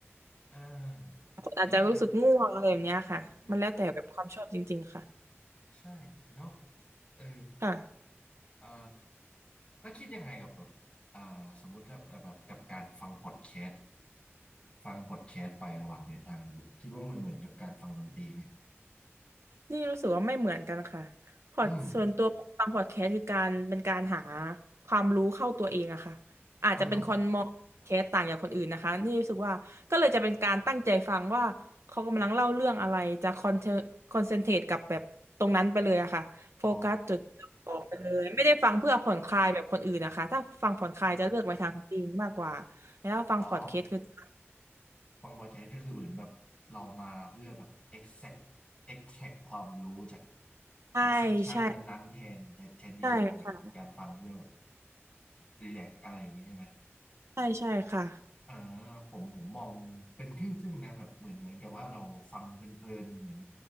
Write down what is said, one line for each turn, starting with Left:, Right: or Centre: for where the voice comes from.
Left: อ่า
Right: คนอาจจะรู้สึกง่วงอะไรแบบเนี้ยค่ะมันแล้วแต่แบบความชอบจริงๆค่ะ
Left: ใช่รู้สึกว่าใช่เนาะเออ
Right: ค่ะ
Left: เอ่อแล้วคิดยังไงกับแบบอ่าสมมุติถ้าแบบกับการฟังพอดแคสต์ฟังพอดแคสต์ไประหว่างเดินทางไปบุคิดว่ามันเหมือนกับการฟังดนตรีไหม
Right: นี่รู้สึกว่าไม่เหมือนกันค่ะพอดส่วนตัวฟังพอดแคสต์คือการเป็นการหา
Left: อืม
Right: ความรู้เข้าตัวเองอะค่ะอาจจะเป็นคนมองพอดแคสต์ต่างจากคนอื่นนะคะนี่รู้สึกว่าก็เลยจะเป็นการตั้งใจฟังว่าเขากำลังเล่าเรื่องอะไรจะคอนเทคอนเซนเทรตกับแบบตรงนั้นไปเลยอะค่ะโฟกัสจดจ่ไปเลยไม่ได้ฟังเพื่อผ่อนคลายแบบคนอื่นนะคะถ้าฟังผ่อนคลายจะเลือกไปทางจริงมากกว่าแล้วถ้าฟังพอดแคสต์คือจะ
Left: อ๋อเหรออ๋ออ๋อจ้ะอ๋อ ฟังพอดแคสต์ก็คือเหมือนแบบเรามาเพื่อแบบ exact exact ความรู้จาก
Right: ใช่
Left: จากเซสชันนั้นๆแทนจะแทนที่จะเป็นแบบการฟังเพื่อแบบ
Right: ใช่ใช่ค่ะ
Left: รี l a กอะไรอย่างงี้ใช่ไหม
Right: ใช่ใช่ค่ะ
Left: อ่าผมผมมองเป็นครึ่งๆนะแบบเหมือนเหมือนกับว่าเราฟังเพลินๆเหมือน